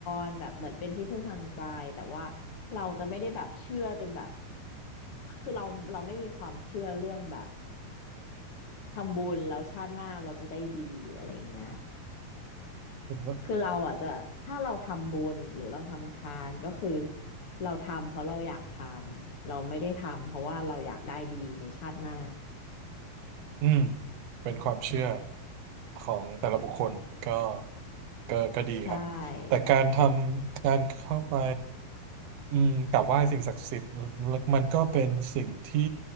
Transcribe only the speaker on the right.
ผมว่า
อืมเป็นความเชื่อของแต่ละบุคคลก็ก็ก็ดีครับแต่การทำการเข้าไป
อืมกราบไหว้สิ่งศักดิ์สิทธิ์มันก็เป็นสิ่งที่